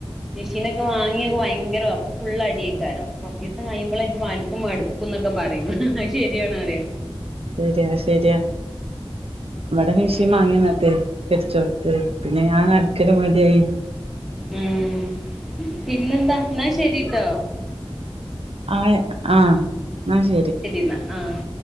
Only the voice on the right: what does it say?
ശെര്യാ ശെര്യാ വടെ മിഷീൻ
വാങ്ങിന്നട്ട്. പിടിച്ചോട്ത്ത് പിന്നെ ഞാ നടുക്കല് മടി ആയി
ആഹ് ആഹ് ന്നാ ശരി.